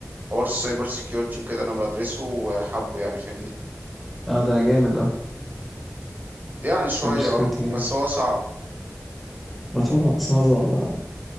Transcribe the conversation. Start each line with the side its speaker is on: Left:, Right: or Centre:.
Right: حوار السايبر سيكيورتي وكده انا بدرسه وحابه يعني فاهمني
Centre: اه ده جامد اه
Right: يعني شوية
Centre: سايبر سيكيورتي
Right: اه
Centre: جامد
Right: بس هو صعب
Centre: ما طبعا صعبة ما-